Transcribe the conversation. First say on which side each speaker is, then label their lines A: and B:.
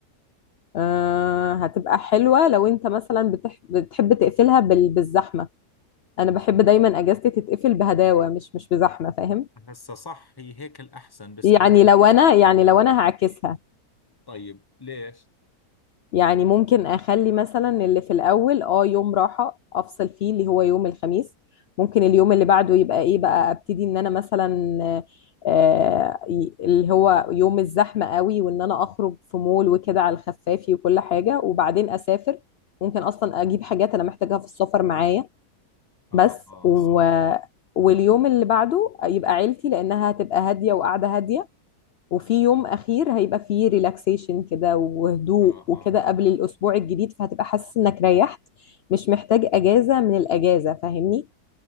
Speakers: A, on the left; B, on the left.
A: آه، هتبقى حلوة لو انت مثلا بتح... بتحب تقفلها بال... بالزحمة انا بحب دايما اجازتي تتقفل بهداوة مش مش بزحمة فاهم
B: هسا صح هي هيك الأحسن بس
A: يعني
B: أنا
A: لو انا يعني لو انا هعكسها
B: طيب ليش؟
A: يعني ممكن اخلي مثلا اللي في الاول اه يوم راحه افصل فيه اللي هو يوم الخميس ممكن اليوم اللي بعده يبقى ايه بقى ابتدي ان انا مثلا آه، ي- اللي هو يوم الزحمه قوي وان انا اخرج في مول وكده على الخفافي وكل حاجه وبعدين اسافر ممكن اصلا اجيب حاجات انا محتاجاها في السفر معايا
B: اه
A: بس
B: اه
A: و...
B: صح
A: واليوم اللي بعده يبقى عيلتي لانها هتبقى هاديه وقاعده هاديه وفي يوم اخير هيبقى فيه ريلاكسيشن كده وهدوء
B: اه اه
A: وكده قبل
B: اه
A: الاسبوع الجديد فهتبقى حاسس انك ريحت مش محتاج اجازه من الاجازه فاهمني